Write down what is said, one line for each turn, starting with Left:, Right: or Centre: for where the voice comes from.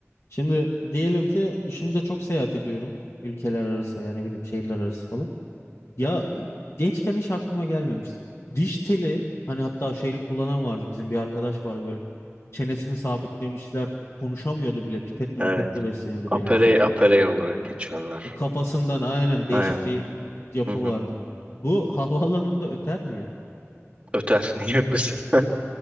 Left: Şimdi diyelim ki şimdi de çok seyahat ediyorum. Ülkeler arası yani ne bileyim şehirler arası falan. Ya gençken hiç aklıma gelmemişti. Diş teli hani hatta şeyli kullanan vardı bizim bir arkadaş vardı böyle çenesini sabitlemişler konuşamıyordu bile pipetle
Right: Evet.
Left: mipetle besleniyordu
Right: Aperey
Left: belli bir süre.
Right: aperey olarak geçiyorlar.
Left: Kafasından aynen değişik
Right: Aynen.
Left: bir yapı
Right: Hı hı.
Left: vardı. Bu <laughs> havaalanında öter mi ya?
Right: Öter. <laughs> Niye ötmesin? <laughs>